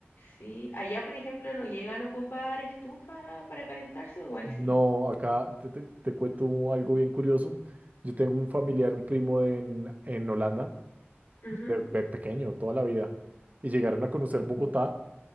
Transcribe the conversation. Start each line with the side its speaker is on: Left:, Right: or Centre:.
Left: Sí, allá por ejemplo no llegan a ocupar estufa para calentarse o igual
Right: No,
Left: sí.
Right: acá te, te- te cuento algo bien curioso. Yo tengo un familiar, un primo en, en Holanda
Left: Ujú.
Right: de, de pequeño, toda la vida. Y llegaron a conocer Bogotá